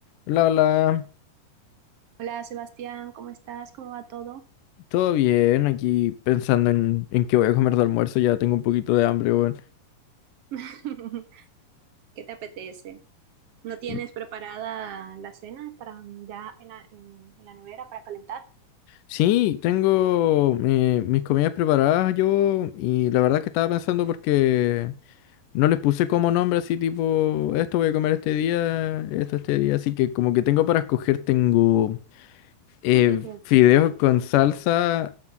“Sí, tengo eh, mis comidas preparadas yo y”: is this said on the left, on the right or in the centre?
Left